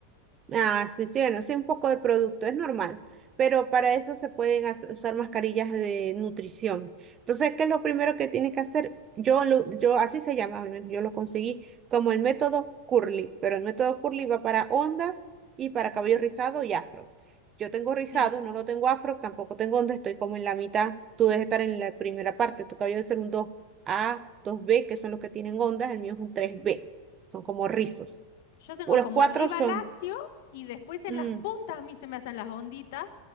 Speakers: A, on the right; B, on the left.
A: Ah, sí, sí, bueno, sí, un poco de producto, es normal, pero para eso se pueden hacer- usar mascarillas de nutrición. Entonces, ¿qué es lo primero que tienes que hacer? Yo, lo, yo, así se llama, al menos yo lo conseguí como el método Curly, pero el método Curly va para ondas y para cabello rizado y afro. Yo tengo
B: Sí,
A: rizado, no lo tengo afro, tampoco tengo onda, estoy como en la mitad. Tú debes estar en la primera parte, tu cabello debe ser un dos a dos b que son los que tienen ondas, el mío es un tres b son como rizos.
B: sí. Yo tengo
A: O Los
B: como
A: cuatro
B: arriba
A: son...
B: lacio y después en
A: mm,
B: las puntas a mí se me hacen las onditas.